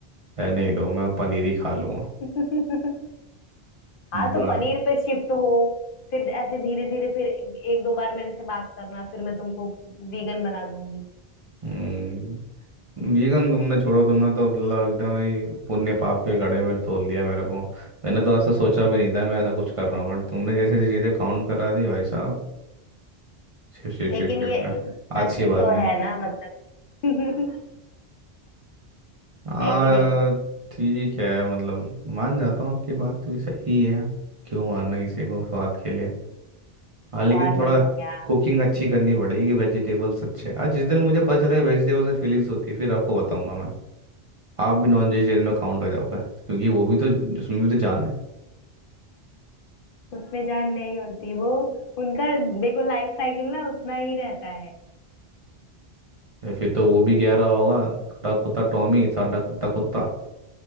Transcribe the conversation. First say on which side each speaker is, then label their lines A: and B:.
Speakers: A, on the right; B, on the left.
A: है नहीं तो मैं पनीर ही खा लूंगा
B: <laughs> हाँ तो
A: जान
B: पनीर पे शिफ्ट हो फिर ऐसे धीरे धीरे फिर एक दो बार मेरे से बात करना फिर मैं तुमको वीगन बना दूंगी
A: हम्म। वीगन तुमने छोड़ो तुमने तो मतलब एकदम ही पुण्य पाप के घड़े में तोल दिया मेरे को मैंने तो ऐसा सोचा भी नहीं था मैं ऐसा कुछ कर रहा हूँ बट तुमने जैसे जैसे चीज़ें काउंट करा दी भाई साहब शिव शिव
B: लेकिन
A: शिव शिव
B: ये
A: मैं
B: सच
A: आज की बात
B: तो
A: नहीं
B: है ना मतलब <laughs>
A: हाँ
B: है कि नहीं
A: ठीक है मतलब मान जाता हूँ आपकी बात भी सही है क्यों मारना किसी को स्वाद के लिए हाँ लेकिन
B: और नहीं
A: थोड़ा
B: तो क्या
A: कुकिंग अच्छी करनी पड़ेगी वेजिटेबल्स अच्छे आज जिस दिन मुझे पता चला कि वेजिटेबल्स में फीलिंग्स होती है फिर आपको बताऊंगा मैं आप भी नॉन वेजिटेरियन में काउंट हो जाओगे क्योंकि वो भी तो उसमें भी तो जान है
B: उसमें जान नहीं होती वो उनका देखो लाइफ साइकिल ना उतना ही रहता है
A: या फिर तो वो भी कह रहा होगा थोड़ा कुत्ता टॉमी साडा कुत्ता कुत्ता